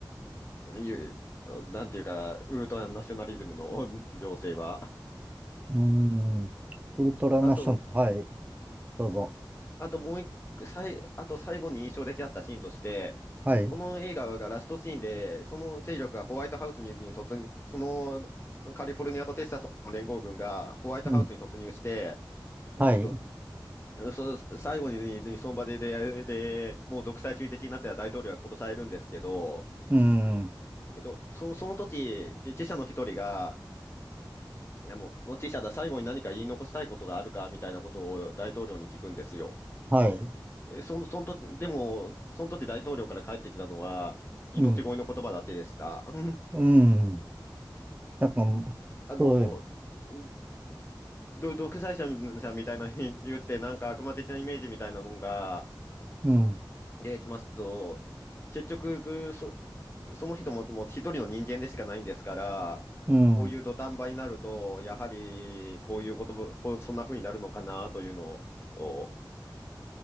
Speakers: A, on the left; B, on the right.
A: いう、あのなんていうか、ウルトラナショナリズムの <laughs> 情勢は。
B: うーん。ウルトラナショナル、
A: あと、
B: はい、どうぞ。
A: うんあともう一個、さい、あと最後に印象的だったシーンとして、
B: はい、
A: この映画がラストシーンで、その勢力がホワイトハウスに、に突入、そのカリフォルニアとテキサスの連合軍がホワイトハウスに突入して、
B: うん、はい、
A: うんと、そ、最後に、にその場で、で、で、もう独裁主義的になった大統領が殺されるんですけど、
B: うん、
A: えっと、その、その時、で記者の一人が、あの、の記者だ、最後に何か言い残したいことがあるかみたいなことを大統領に聞くんですよ。
B: はい、
A: えその、その時、でも、その時大統領から帰ってきたのは、命乞いの言葉だけでした。
B: うん、
A: うん
B: うん。なんか、
A: あの、
B: そういう、
A: うど独裁者みたいな人間って、なんか悪魔的なイメージみたいなもんが
B: うん、
A: 出てきますけど、結局、ぐそ、その人も、もう一人の人間でしかないんですから、
B: うん、
A: こういう土壇場になると、やはりこういうことも、こう、そんな風になるのかなというのを、お